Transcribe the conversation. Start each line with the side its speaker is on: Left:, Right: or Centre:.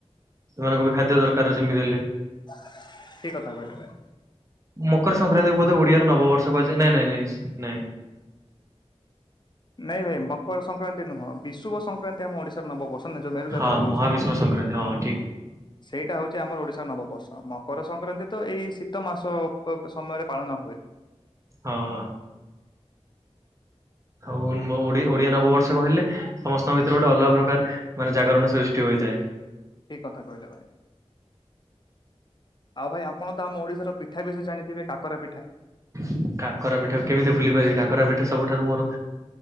Right: ସେମାନଙ୍କୁ ବି ଖାଦ୍ୟ ଦରକାର ଯେମିତି ହେଲେ
Left: କି <unintelligible> କଥା କହିଲ ଭାଇ।
Right: ମକର ସଂକ୍ରାନ୍ତି ବୋଧ ଓଡିଆରେ ନବବର୍ଷ କୁହାଯାଏ ନାଇଁ ନାଇଁ ନ ନଁ
Left: ନାଇଁ, ଭାଇ ମକର ସଂକ୍ରାନ୍ତି ନୁହଁ, ବିଶୁଭ ସଂକ୍ରାନ୍ତି ଆମ ଓଡିଶାରେ ନବ ବର୍ଷ, ଯୋଉ ମେରୁ
Right: ହଁ
Left: ଯାତ୍ରା ହଉଛି
Right: ମହାବିଶ୍ଵ
Left: ଆମର
Right: ସଂକ୍ରାନ୍ତି ହଁ ଠିକ।
Left: ସେଇଟା ହଉଛି ଯେ ଆମର ଓଡିଶାର ନବବର୍ଷ ମକର ସଂକ୍ରାନ୍ତି ତ ଏଇ ଶୀତ ମାସ ସମୟରେ ପାଳନ ହୁଏ।
Right: ହଁ ହଉ ଓଡିଆ ନବ <unintelligible> କହିଲେ ସମସ୍ତଙ୍କ ଭିତରେ ଗୋଟେ ଅଲଗା ପ୍ରକାର ମାନେ ଜାଗରଣ ସୃଷ୍ଟି ହୋଇଥାଏ।
Left: ଠିକ କଥା କହିଲେ ଭାଇ ଆଉ ଭାଇ ଆପଣ ତ ଆମ ଓଡ଼ିଶାର ପିଠା ବିଷୟରେ ଜାଣିଥିବେ -କାକରା ପିଠା।
Right: ହ <inaudible> କାକରା ପିଠା କେମିତି ଭୁଲି ପାରିବି, କାକରା ପିଠା ସବୁଠାରୁ ମୋର